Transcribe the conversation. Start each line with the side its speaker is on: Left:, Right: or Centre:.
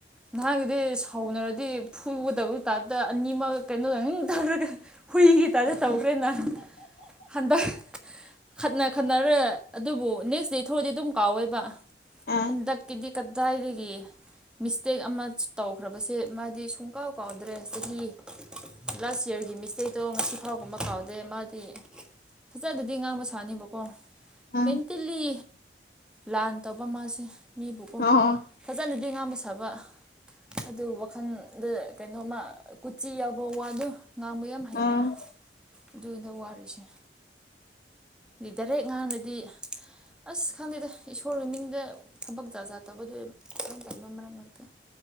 Centre: ꯅꯍꯥꯟꯒꯤꯗꯤ ꯁꯥꯎꯅꯔꯗꯤ ꯐꯨꯒꯗꯕꯗꯨ ꯇꯥꯇ ꯑꯅꯤꯃꯛ ꯀꯩꯅꯣꯗ ꯇꯧꯔꯒ ꯍꯨꯏꯒꯤ ꯇꯗ ꯇꯧꯈ꯭ꯔꯦꯅ ꯍꯟꯗꯛ ꯈꯠꯅ ꯈꯠꯅꯔꯦ ꯑꯗꯨꯕꯨ ꯅꯦꯛꯁ ꯗꯦ ꯊꯣꯛꯑꯥꯗꯤ ꯑꯗꯨꯝ ꯀꯥꯎꯋꯦꯕ
Left: ꯑꯥ
Centre: ꯍꯟꯗꯛꯀꯤꯗꯤ ꯀꯗꯥꯏꯗꯒꯦ ꯃꯤꯁꯇꯦꯛ ꯑꯃ ꯇꯧꯈ꯭ꯔꯕꯁꯦ ꯃꯥꯗꯤ ꯁꯨꯡꯀꯥꯎ ꯀꯥꯎꯗ꯭ꯔꯦ ꯆꯍꯤ ꯂꯥꯁ ꯌꯌꯥꯔꯒꯤ ꯃꯤꯁꯇꯦꯛꯇꯣ ꯉꯁꯤ ꯐꯥꯎꯒꯨꯝꯕ ꯀꯥꯎꯗꯦ ꯃꯥꯗꯤ ꯐꯖꯗꯗꯤ ꯉꯥꯡꯕ ꯁꯥꯅꯤꯕꯀꯣ
Left: ꯑꯥ
Centre: ꯃꯦꯟꯇꯦꯜꯂꯤ ꯂꯥꯟ ꯇꯧꯕ ꯃꯥꯁꯦ ꯃꯤꯕꯨ
Left: ꯑꯣ
Centre: ꯐꯖꯅꯗꯤ ꯉꯥꯕ ꯁꯥꯕ ꯑꯗꯨ ꯋꯥꯈꯜꯗ ꯀꯩꯅꯣꯃ ꯀꯨꯆꯤ ꯌꯥꯎꯕ ꯋꯥꯗꯣ ꯉꯥꯡꯕ ꯌꯥꯝ ꯍꯩꯕ
Left: ꯑꯥ
Centre: ꯑꯗꯨꯏꯗ ꯋꯥꯔꯤꯁꯦ ꯒꯤ ꯗꯥꯏꯔꯦꯛ ꯉꯥꯡꯉꯥꯗꯤ ꯑꯁ ꯈꯪꯗꯦꯗ ꯏꯁꯣꯔꯒꯤ ꯃꯤꯡꯗ ꯊꯕꯛ ꯆꯥꯖꯥ ꯇꯧꯕꯗꯣ ꯏꯆꯥꯡ ꯇꯟꯕ ꯃꯔꯛ ꯃꯔꯛꯇ